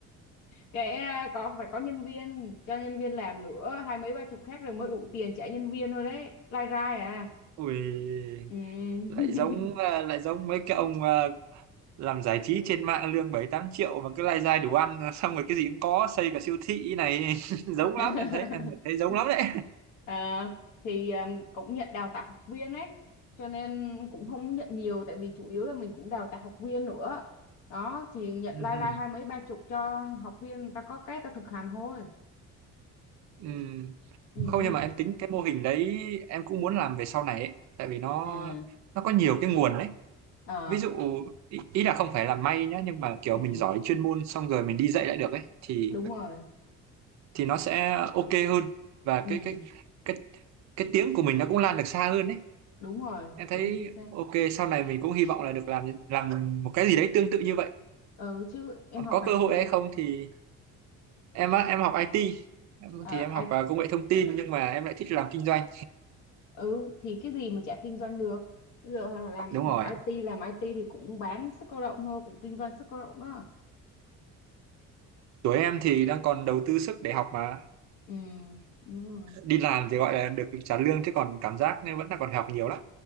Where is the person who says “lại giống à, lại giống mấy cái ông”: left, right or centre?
Right